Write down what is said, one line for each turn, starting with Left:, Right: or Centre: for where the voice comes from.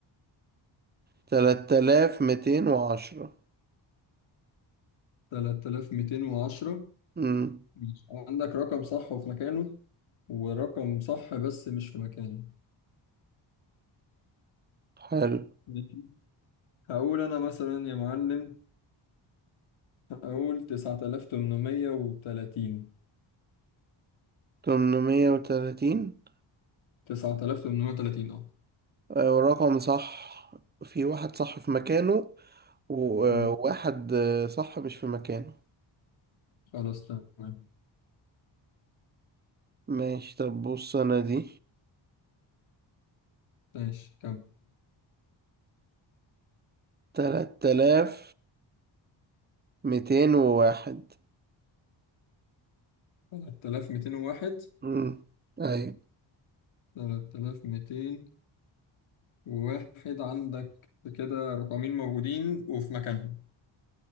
Right: تلات آلاف ميتين وعشرة
Left: تلات آلاف ميتين وعشرة
Right: امم
Left: ماشي. عندك رقم صح وفي مكانه ورقم صح بس مش في مكانه
Right: حلو
Left: ماشي. هقول أنا مثلا يا معلم هقول تسعة آلاف تمنمية وتلاتين
Right: تمنمية وتلاتين
Left: تسعة آلاف تمنمية وتلاتين أه
Right: آه، ورقم صح في واحد صح في مكانه وواحد
Left: أمم.
Right: صح مش في مكانه
Left: خلاص تمام
Right: ماشي طب بص انا دي
Left: ماشي كم
Right: تلات آلاف ميتين وواحد
Left: تلات آلاف ميتين وواحد
Right: امم ايوه.
Left: تلات آلاف ميتين وواحد عندك كده رقمين موجودين وفي مكانهم